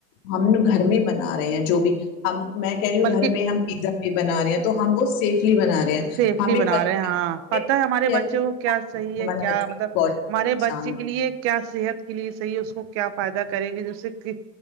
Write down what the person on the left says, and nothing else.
ہم گھر میں بنا رہے ہیں جو بھی ہم میں کہہ رہی ہوں
گھر میں ہم پیزا بھی بنا رہے ہیں تو ہم وہ سیفلی بنا رہے ہیں
ہمیں
پتہ
ہے ہمیں-
ہمارے
بچے
کو بہت
نقصان